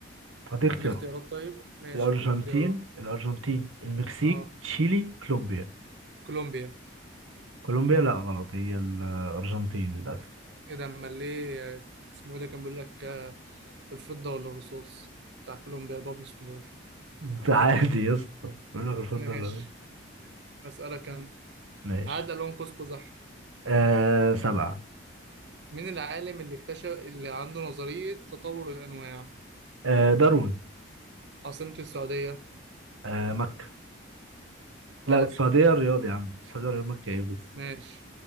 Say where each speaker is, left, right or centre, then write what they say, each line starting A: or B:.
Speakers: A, on the right; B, on the right.
A: فدي اختيارات
B: اديني اختيارات طيب ماشي
A: الأرجنتين
B: اديني اختيارات
A: الأرجنتين المكسيك
B: اه
A: تشيلي كولومبيا
B: كولومبيا
A: كولومبيا لا غلط هي الأرجنتين للأسف
B: ايه ده امال ليه آه، اسمه ايه ده كان بيقول لك آه، الفضة ولا الرصاص بتاع كولومبيا بابلو اسكوبار
A: <laughs> ده عادي يا اسطى بيقول لك الفضة
B: ماشي
A: لا
B: اسألك انا
A: ماشي
B: عاد لون قوس قزح
A: آه سبعة
B: مين العالم اللي اكتشف اللي عنده نظرية تطور الأنواع
A: آه داروين
B: عاصمة السعودية
A: آه مكة لا
B: غلط
A: السعودية الرياض يا عم السعودية الرياض مكة ايه بس
B: ماشي